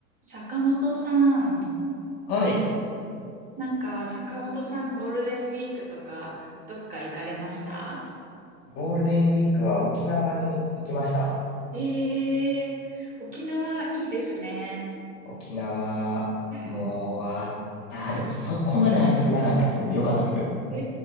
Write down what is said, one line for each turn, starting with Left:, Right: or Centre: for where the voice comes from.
Right: 坂本さん、
Left: はい。
Right: なんか坂本さんゴールデンウィークとかどっか行かれました
Left: ゴールデンウィークは沖縄に行きました。
Right: ええー、沖縄いいですね。
Left: 沖縄、
Right: <laughs>
Left: もう、あ、あー、でもそこまで暑くなかったですけど、よかったですよ。
Right: え